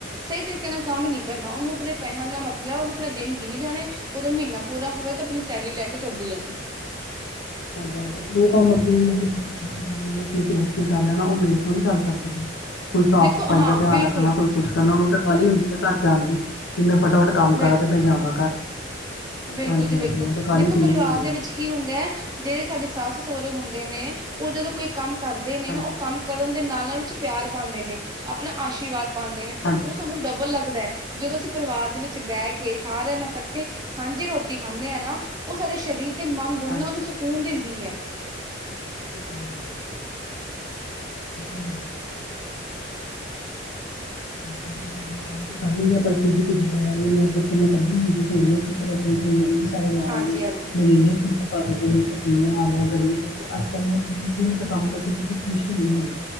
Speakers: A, on the right (about 20°); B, on the left (about 70°).
A: ਸਹੀ ਤਰੀਕੇ ਨਾਲ ਕੰਮ ਨੀ ਕਰਨਾ ਉਹਨੂੰ ਆਪਣੇ ਪੈਸਿਆਂ ਦਾ ਮਤਲਬ ਉਹ ਆਪਣਾ ਦਿਨ ਗਿਨੀ ਜਾਣੇ ਉਹਦਾ ਮਹੀਨਾ ਪੂਰਾ ਹੋਵੇ ਤੇ ਆਪਣੀ ਸੈਲਰੀ ਲੈ ਕੇ ਤੁਰਦੀ ਲੱਗੇ
B: ਹਾਂਜੀ ਹਾਂਜੀਉਹ ਕੰਮ ਆਪਣੇ ਮਤਲਬ ਮਸ਼ੀਨਾਂ ਨੇ ਜਾਂ ਆਪਣੇ ਬੇਸ ਤੇ ਕਰ ਲੈਣਾ ਉਹ ਮੇਰਡ ਥੋੜ੍ਹੀ ਕਰ ਸਕਦੀ ਹੈ ਕੋਈ ਸਾਫ਼
A: ਦੇਖੋ
B: ਸਫ਼ਾਈ
A: ਹਾਂ
B: ਦਾ ਧਿਆਨ
A: ਬਿਲਕੁਲ
B: ਰੱਖਣਾ ਕੋਈ ਕੁਛ ਕਰਨਾ ਉਹਨੂੰ ਤਾਂ ਕਾਹਲੀ ਹੁੰਦੀ ਆਪਣੇ ਘਰ ਜਾਣ ਦੀ ਕਿ ਮੈਂ ਫਟਾਫਟ ਕੰਮ
A: ਬਿਲਕੁਲ
B: ਕਰਾ ਤੇ ਮੈਂ ਜਾਵਾਂ ਘਰ
A: ਬਿਲਕੁਲ
B: ਹਾਂਜੀ
A: ਜੀ
B: ਹਾਂਜੀ
A: ਬਿਲਕੁਲ
B: ਉਹਨੂੰ ਤਾਂ ਕਾਹਲੀ
A: ਦੇਖੋ
B: ਪਈ
A: ਪਰਿਵਾਰ
B: ਹੁੰਦੀ
A: ਦੇ
B: ਹੈ
A: ਵਿੱਚ ਕੀ ਹੁੰਦਾ ਹੈ ਜਿਹੜੇ ਸਾਡੇ ਸੱਸ ਸਹੁਰੇ ਹੁੰਦੇ ਨੇ ਉਹ ਜਦੋਂ ਕੋਈ ਕੰਮ ਕਰਦੇ ਨੇ
B: ਹਾਂਜੀ।
A: ਨਾ ਉਹ ਕੰਮ ਕਰਨ ਦੇ ਨਾਲ ਨਾਲ ਵਿੱਚ ਪਿਆਰ ਪਾਉਂਦੇ ਨੇ ਆਪਣਾ ਆਸ਼ੀਰਵਾਦ ਪਾਉਂਦੇ ਨੇ
B: ਹਾਂਜੀ,
A: ਉਹ ਸਾਨੂੰ ਡਬਲ ਲੱਗਦਾ ਹੈ ਜਦੋਂ ਅਸੀਂ ਪਰਿਵਾਰ ਦੇ ਵਿੱਚ ਬਹਿ ਕੇ ਸਾਰਿਆਂ ਨਾਲ ਕੱਠ ਇਕੱਠੇ ਸਾਂਝੀ ਰੋਟੀ ਖਾਂਦੇ ਆ ਨਾ ਉਹ ਸਾਡੇ ਸਰੀਰ ਤੇ ਮਨ
B: ਹਾਂਜੀ,
A: ਦੋਨਾਂ ਨੂੰ ਸਕੂਨ ਦਿੰਦੀ ਹੈ
B: ਸਕੂਨ <unintelligible> ਹਾਂਜੀ ਕੰਮ ਤੇ ਕਰ ਲਈਏ ਪਰ ਕਿਜ ਮ <unintelligible> ਜਥੇੈਂ ਕੱੀ ਹੁੰਦੀ ਸਾਰੇ ਨਾਲ
A: ਹਾਂਜੀ
B: ਨੇ
A: ਹਾਂਜੀ
B: ਮੇਰੇ ਇੰਨੇ ਫਲਕ ਪਕਗੇ ਮੇਰਾ ਪਸੀਨਾ ਆ ਗਿਆ ਗਰਮੀ <unintelligible> ਅੱਜ ਕੱਲ ਦੀਆਂ ਕੁੜੀਆ ਦਿਲ ਤੋਂ ਕੰਮ ਕਰਕੇ ਖੁਸ਼ੀ ਨਹੀਂ ਹੈਗੀ।